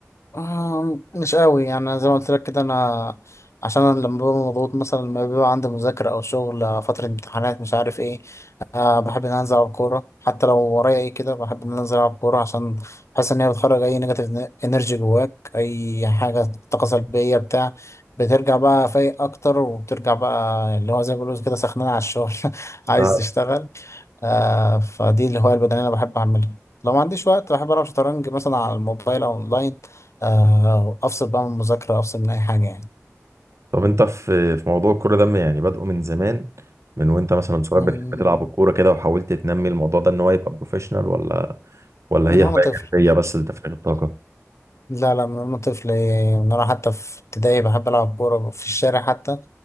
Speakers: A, on the left (about 60°); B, on the right (about 60°).
A: آه مش قوي يعني زي ما قلت لك كده انا عشان أنا لما ببقى مضغوط مثلا لما بيبقى عندي مذاكرة أو شغل آه، فترة امتحانات مش عارف ايه آه بحب إن أنا أنزل ألعب كورة حتى لو ورايا ايه كده بحب إن أنا أنزل ألعب كورة عشان بحس إن هي بتخرج أي نيجاتيف إنرجي جواك أي حاجة طاقة سلبية بتاع بترجع بقى فايق أكتر وبترجع بقى اللي هو زي ما بيقولوا كده سخنان على الشغل <laughs> عايز
B: آه.
A: تشتغل آه فدي الهواية البدنية أنا بحب أعملها لو ما عنديش وقت بحب ألعب شطرنج مثلا على الموبايل أو أونلاين آه أفصل بقى من المذاكرة أفصل من أي حاجة يعني
B: طب انت في في موضوع الكورة ده يعني بادئه من زمان من وانت مثلا صغير
A: من
B: بتحب تلعب الكورة كده وحاولت تنمي الموضوع ده ان هو يبقى بروفيشنال ولا ولا
A: من
B: هي
A: وأنا
B: هواية
A: طفل
B: جانبية بس لتفريغ الطاقة
A: لا لا من وأنا طفل إيه، من وأنا حتى في ابتدائي بحب ألعب كورة في الشارع حتى